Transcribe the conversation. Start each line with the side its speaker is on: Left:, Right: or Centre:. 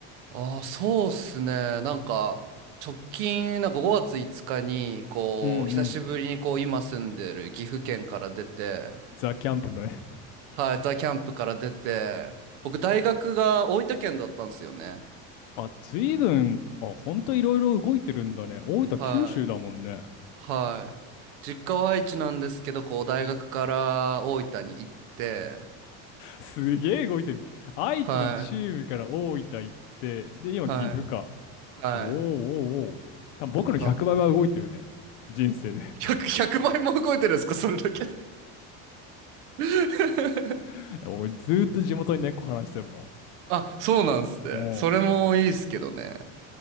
Right: ああ、そうっすね。なんか、直近、なんか5月5日に、こう、
Left: うんう
Right: 久しぶりに、
Left: ん。
Right: こう、今住んでる岐阜県から出て、
Left: ザ・キャンプのね。
Right: はい、ザ・キャンプから出て、僕、大学が大分県だったんですよね。
Left: <laughs> あ、ずいぶん、あ、ほんといろいろ動いてるんだね。大分、
Right: はい。
Left: 九州だもんね。
Right: はい。実家は愛知なんですけど、こう、大学から大分に行って、
Left: すげえ動いてる。愛知の中部から大分行って、
Right: は
Left: で、今、
Right: い。はい。
Left: 岐阜か。
Right: はい。
Left: おーおーおー。多分僕の100倍は動いてるね。
Right: だ、
Left: 人生で。
Right: 100、100倍も動いてるんですか、それだけで。<laughs>
Left: <laughs> いや俺ずーっと地元に猫話してるも
Right: あ、そうなんすね。
Left: ん。
Right: それもいいっすけどね。
Left: おう